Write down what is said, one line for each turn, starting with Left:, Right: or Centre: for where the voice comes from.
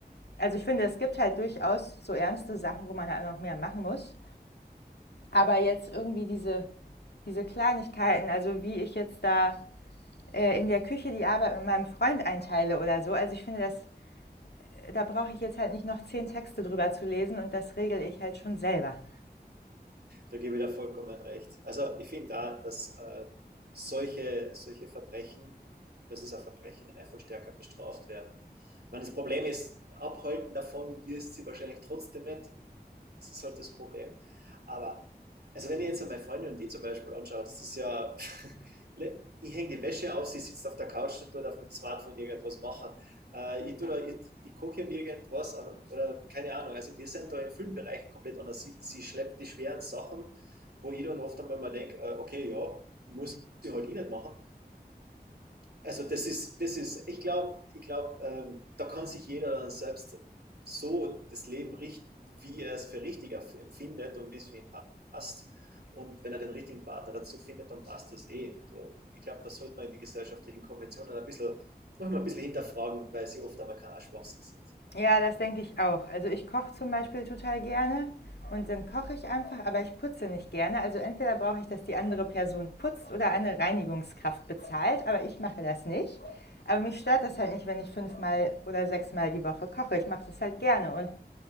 Left: Also ich finde, es gibt halt durchaus so ernste Sachen, wo man halt noch mehr machen muss. Aber jetzt irgendwie diese, diese Kleinigkeiten, also wie ich jetzt da äh, in der Küche die Arbeit mit meinem Freund einteile oder so. Also ich finde, das da brauche ich jetzt halt nicht noch zehn Texte drüber zu lesen und das regel ich halt schon selber.
Right: Da gebe ich da vollkommen recht. Also ich finde da, dass äh, solche, solche Verbrechen, was ist ein Verbrechen, einfach stärker bestraft werden. Ich meine, das Problem ist, abhalten davon wirst sie wahrscheinlich trotzdem nicht. Das ist halt das Problem. Aber, also wenn ich jetzt an meine Freundin und die zum Beispiel anschaue, das ist ja, <laughs> ich hänge die Wäsche auf, sie sitzt auf der Couch und tut auf dem Smartphone irgendwas machen. Äh, ich, da, ich, ich koche und irgendwas, aber, oder keine Ahnung. Also wir sind da in vielen Bereichen komplett anders. Sie, sie schleppt die schweren Sachen, wo ich dann oft einmal mal denke, äh, okay, ja, muss ich halt eh nicht machen, also das ist, das ist, ich glaube, ich glaub, ähm, da kann sich jeder dann selbst so das Leben richten, wie er es für richtig empfindet und wie es für ihn passt. Und wenn er den richtigen Partner dazu findet, dann passt das eh. Also ich glaube, das sollte man die gesellschaftlichen Konventionen ein bisschen, manchmal ein bisschen hinterfragen, weil sie oft einmal kein Schwachsinn sind.
Left: Ja, das denke ich auch. Also ich koche zum Beispiel total gerne und dann koche ich einfach, aber ich putze nicht gerne. Also entweder brauche ich, dass die andere Person putzt oder eine Reinigungskraft bezahlt, aber ich mache das nicht. Aber mich stört das halt nicht, wenn ich fünfmal oder sechsmal die Woche koche. Ich mache das halt gerne und